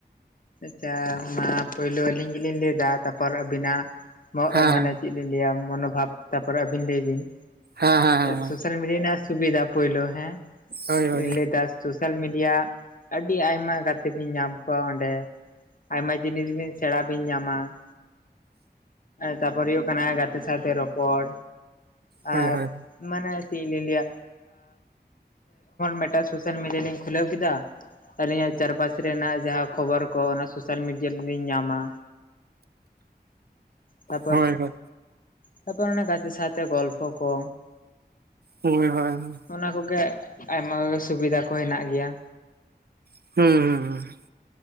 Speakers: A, on the left; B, on the right.
A: ᱟᱪᱪᱷᱟ ᱢᱟ ᱯᱳᱭᱞᱳ ᱟᱹᱞᱤᱧ ᱜᱮᱞᱤᱧ ᱞᱟᱹᱭᱫᱟ ᱛᱟᱯᱚᱨ ᱟᱹᱵᱤᱱᱟᱜ ᱢᱚᱜ
B: ᱦᱮᱸ
A: ᱢᱟᱱᱮ ᱪᱮᱫ ᱞᱤᱧ ᱞᱟᱹᱭᱟ ᱢᱚᱱᱵᱷᱟᱵ ᱛᱟᱯᱚᱨᱮ ᱟᱹᱵᱤᱱ ᱞᱟᱹᱭ ᱵᱤᱱ᱾ᱮ
B: ᱦᱮᱸ ᱦᱮᱸ ᱦᱮᱸ
A: ᱥᱳᱥ ᱥᱳᱥᱟᱞ ᱢᱤᱰᱤᱭᱟ ᱨᱮᱱᱟᱜ ᱥᱩᱵᱤᱫᱟ ᱯᱳᱭᱞᱳ ᱦᱮᱸ
B: ᱦᱳᱭ ᱦᱳᱭ
A: ᱞᱟᱹᱭ ᱫᱟ ᱥᱳᱥᱟᱞ ᱢᱤᱰᱤᱭᱟ ᱟᱹᱰᱤ ᱟᱭᱢ ᱢᱟ ᱜᱟᱛᱮ ᱵᱤᱱ ᱧᱟᱢ ᱠᱚᱣᱟ ᱚᱸᱰᱮ ᱟᱭᱢᱟ ᱡᱤᱱᱤᱥ ᱵᱤᱱ ᱥᱮᱬᱟ ᱵᱤᱱ ᱧᱟᱢᱟ᱾ ᱛᱟᱨᱯᱚᱨᱮ ᱦᱩᱭᱩᱜ ᱠᱟᱱᱟ ᱜᱟᱛᱮ ᱥᱟᱶᱛᱮ ᱨᱚᱯᱚᱲ,
B: ᱦᱳᱭ
A: ᱟᱨ
B: ᱦᱳᱭ
A: ᱢᱟᱱᱮ ᱪᱮᱫ ᱞᱤᱧ ᱞᱟᱹᱭᱟ ᱢᱤᱫᱴᱟᱝ ᱥᱳᱥᱟᱞ ᱢᱤᱰᱤᱭᱟ ᱞᱤᱧ ᱠᱷᱩᱞᱟᱹᱣ ᱠᱮᱫᱟ ᱟᱹᱞᱤᱧᱟᱜ ᱪᱟᱨᱯᱟᱥ ᱨᱮᱱᱟᱜ ᱡᱟᱦᱟᱸ ᱠᱷᱚᱵᱚᱨ ᱠᱚ ᱚᱱᱟ ᱥᱳᱥᱟᱞ ᱢᱤᱰᱤᱭᱟ ᱨᱮᱞᱤᱧ ᱧᱟᱢᱟ᱾ ᱛᱟᱨᱯᱚᱨ
B: ᱦᱳᱭ ᱦᱳᱭ ᱦᱳᱭ
A: ᱛᱟᱨᱯᱚᱨ ᱚᱱᱟ ᱜᱟᱛᱮ ᱥᱟᱶᱛᱮ ᱜᱚᱞᱯᱷᱚ ᱠᱚ
B: ᱦᱳᱭ ᱦᱳᱭ ᱦᱳᱭ
A: ᱚᱱᱟ ᱠᱚᱜᱮ ᱟᱭᱢᱟ ᱠᱚᱜᱮ ᱥᱩᱵᱤᱫᱟ ᱠᱚ ᱦᱮᱱᱟᱜ ᱜᱮᱭᱟ᱾
B: ᱦᱩᱸ ᱦ <inaudible>